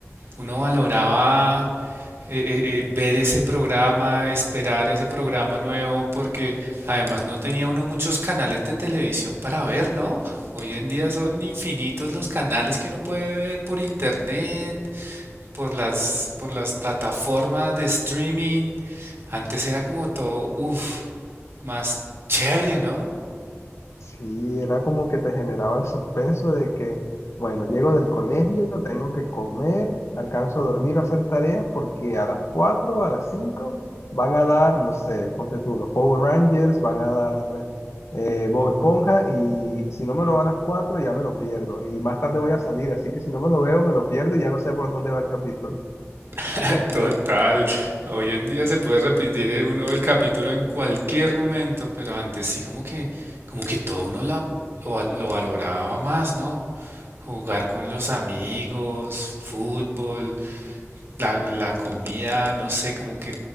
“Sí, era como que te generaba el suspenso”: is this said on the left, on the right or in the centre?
Left